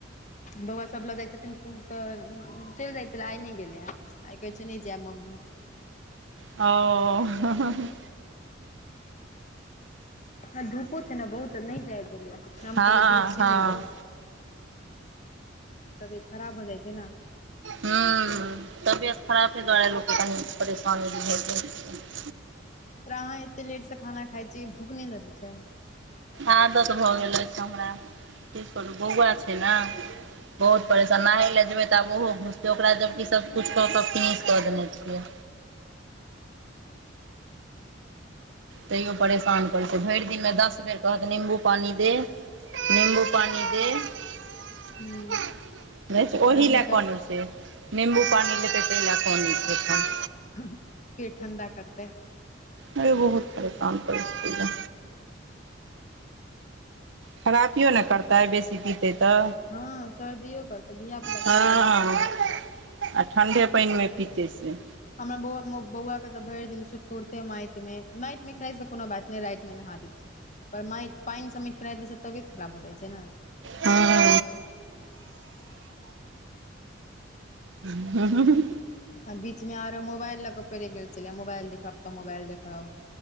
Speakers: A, on the left; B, on the right.
A: बौआ सब लऽ, जाइ छथिन तऽ चलि जाइ छलै आइ नहि गेलै हे। आइ कहै छै नइ जायब मम्मी
B: ओ ह - ह
A: ह धूपो छै ने, बहुत तऽ नहि जाय देलियैए। हम
B: हँ
A: कहलियै धूप छै
B: हँ
A: नहि जाइ तबियत खराब भऽ जाइ छै नऽ
B: हूं तबियत खराबे द्वारे लोक के कनी परेशानी बुझाइय रहै छै <unintelligible>
A: तोरा अहाँ एते लेटसँ खाना खाइ छियै भूख नहि लगै छै।
B: आदत भऽ गेल अछि हमरा की करू बौआ छै नऽ बहुत परेशान नहाय लए जेबै तऽ आब ओहो घुसतै ओकरा जबकि सबकिछ कऽ कऽ फिनिश कऽ देने छियै। तईयो परेशान करै छै भैर दिनमे दस बेर कहत निम्बू पानी दे निम्बू पानी दे देखै
A: ह
B: छियै ओहि
A: गर्मी
B: लै
A: सँ
B: कानै छै। निम्बू पानी लेतै तै लै कानै छै एखन।
A: हां पेट ठंडा करतै।
B: अरे बहुत परेशान करय छै। खराबियौ नै करतै बेसी पितै तऽ
A: हां सर्दियो करतै धिया-पुता
B: हँ
A: थोरी बुझै
B: आ ठण्डे पैन मे पीतै से
A: हमरा बौआ मो बौआ के तऽ भैर दिन सुत कोरते मैएट मे मैट मे खैस के कोनो बात नै राएत मे नहा दै छियै। पर मैट पाइन सबमे खैलाएत रहै छै त तबियत खराब भऽ जाए छै नै।
B: हां। हूं-हूं-हूं
A: आ बीचमे आरो मोबाइल लऽ कऽ पड़ैक गेल छलै यै मोबाइल देखब, तऽ मोबाइल देखब।